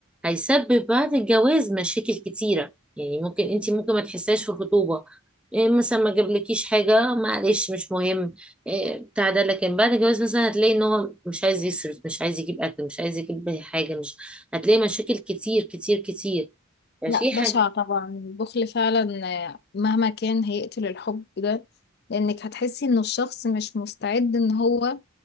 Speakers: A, in the centre; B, on the left.
A: هيسبب بعد الجواز مشاكل كتيرة يعني ممكن انت ممكن ما تحسهاش في الخطوبة إيه مثلا ما جابلكيش حاجة معلش مش مهم إيه بتاع ده لكن بعد الجواز مثلا هتلاقي ان هو مش عايز يصرف مش عايز يجيب أكل مش عايز يجيب حاجة مش هتلاقي مشاكل كتير كتير كتير ففي
B: لا بشع
A: حاجة
B: طبعا البخل فعلا آه، مهما كان هيقتل الحب ده لانك هتحسي ان الشخص مش مستعد ان هو